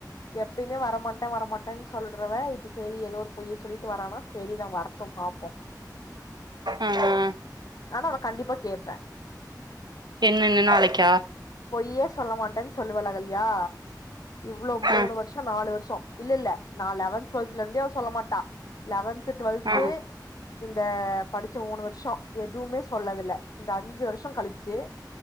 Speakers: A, on the left; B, on the right.
A: எப்பயுமே வரமாட்டன் வரமாட்டன்னு சொல்றவ இப்ப சேரி ஏதோ ஒரு பொய்ய சொல்லிட்டு வரானா சரிதான் வரட்டும் பாப்போம்
B: ம் ம்
A: ஆனா நா கண்டிப்பா கேட்பேன்
B: என்னன்னு நாளைக்கா
A: பொய்யே சொல்ல மாட்டேன்னு சொல்லுவால்ல அகல்யா இவ்ளோ மூணு
B: ஆ
A: வருஷம் நாலு வருஷம் இல்ல இல்ல நா லெவன்த் டுவெல்த்லேந்தே அவ சொல்ல மாட் டா லெவன்த்து டுவெல்த்து
B: ஆ
A: இந்த படிச்ச மூணு வருஷம் எதுவுமே சொல்லதில்ல இந்த அஞ்சு வருஷம் கழுச்சி